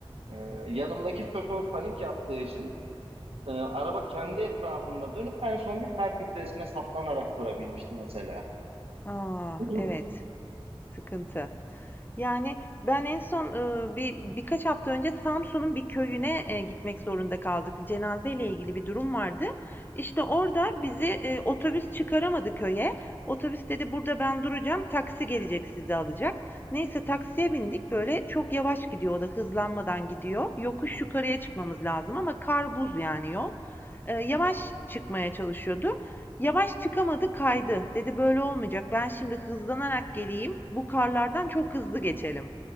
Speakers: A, on the right; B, on the left.
A: Ee, yanımdaki şoför panik yaptığı için ee, araba kendi etrafında dönüp en son bir kar kütlesine saplanarak durabilmişti mesela.
B: A!
A: <clears throat> Hı
B: Evet. Sıkıntı. Yani, ben en son, ııı, bir birkaç hafta önce Samsun'un bir köyüne, eee, gitmek zorunda kaldık. Bir cenazeyle ilgili bir durum vardı. İşte, orada bizi, eee, otobüs çıkaramadı köye. Otobüs dedi, "Burada ben duracağım, taksi gelecek sizi alacak." Neyse taksiye bindik. Böyle çok yavaş gidiyor o da, hızlanmadan gidiyor. Yokuş yukarıya çıkmamız lazım ama kar buz yani yol. Eee, yavaş çıkmaya çalışıyordu. Yavaş çıkamadı, kaydı. Dedi böyle olmayacak, ben şimdi hızlanarak geleyim, bu karlardan çok hızlı geçelim.
A: hı,